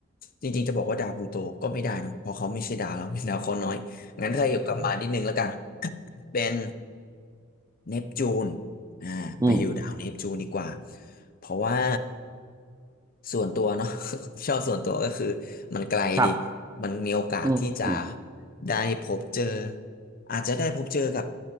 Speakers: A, on the left; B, on the right.
A: จริงๆจะบอกว่าดาวพลูโตก็ไม่ได้เนอะเพราะเขาไม่ใช่ดาวแล้ว <laughs> เป็นดาวเคราะห์น้อยงั้นถ้าอยู่กลับมารนิดนึงแล้วกัน เป็นเนปจูนอ่าไปอยู่ดาวเนปจูนดีกว่า
B: <laughs> อืมนะอืม
A: เพราะว่าส่วนตัวเนาะ <laughs> ชอบส่วนตัวก็คือมันไกลดี
B: ครับ
A: มันมีโอกาสที่จะ
B: อืม
A: ได้พบเจออาจจะได้พบเจอกับ